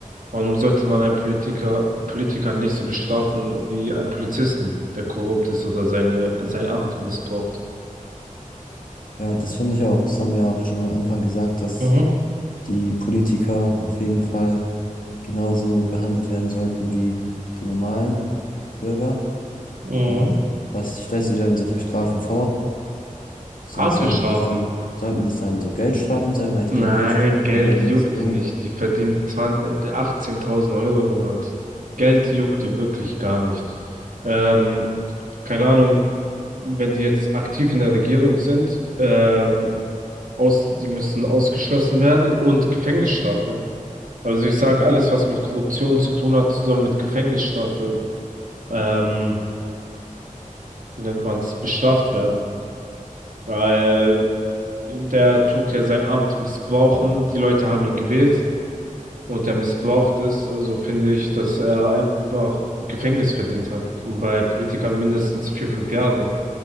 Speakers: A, on the right (about 75°); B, on the left (about 75°).
A: Warum sollte man einen Politiker, Politiker nicht so bestrafen wie einen Polizisten, der korrupt ist oder seine, sein Amt missbraucht?
B: Ja, das finde ich auch. Das haben wir auch schon am Anfang gesagt, dass
A: Mhm.
B: die Politiker auf jeden Fall genauso behandelt werden sollten wie die normalen Bürger.
A: Mhm.
B: Aber was stellst du dir denn so für Strafen vor? Sind,
A: Harte
B: sollten
A: Strafen.
B: das dann, sollten das dann so Geldstrafen sein, weil ich
A: Nein,
B: denke, Geldstrafen
A: Geld
B: würden nichts
A: juckt
B: bringen.
A: die nicht. Die verdient 20, 18.000 Euro im Monat. Geld juckt die wirklich gar nicht. Ähm, keine Ahnung, wenn die jetzt aktiv in der Regierung sind, ähm, aus, die müssen ausgeschlossen werden und Gefängnisstrafe. Also ich sage, alles, was mit Korruption zu tun hat, soll mit Gefängnisstrafe, ähm, wie nennt man es, bestraft werden. Weil der tut ja sein Amt missbrauchen, die Leute haben ihn gewählt und er missbraucht es. Also finde ich, dass er einfach Gefängnis verdient hat. Und bei Politikern mindestens vier, fünf Jahre.